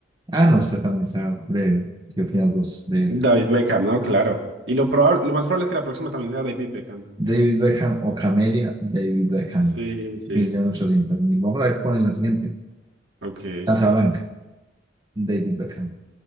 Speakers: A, on the right; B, on the right.
A: Ah, no, esta también está breve. ¿Qué opinas vos de ella?
B: David Beckham, no, claro. Y lo probable, lo más probable es que la próxima también sea David Beckham.
A: David Beckham o Camelia, David Beckham,
B: Sí,
A: un
B: sí.
A: millón ochocientos mil. Vamos a ver, ponen la siguiente.
B: Ok.
A: Casablanca, David Beckham.